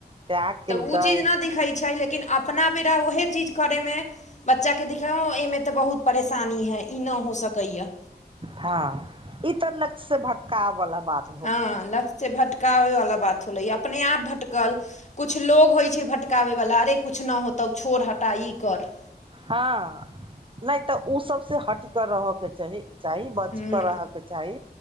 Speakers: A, on the right; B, on the left.
A: त्याग केलकै
B: तऽ उ चीज न दिखै छै लेकिन अपना बेरा उहे चीज करे मे बच्चाके दिक्कत हँ, एहिमे तऽ बहुत परेशानी है ई न हो सकैए।
A: हँ, ई तऽ लक्ष्य से भटकाव बला बात हैय
B: हँ लक्ष्यसे भटकाबै वाला बात होलै, अपने आप भटकल। कछु लोग होइ छै भटकाबैवला अरे किछु ना होतौ छोड़, हटा ई कर
A: हँ, नहि तऽ ऊ सबसे हट कऽ रहयके चाही, बचके
B: ह्म
A: रहयके चाही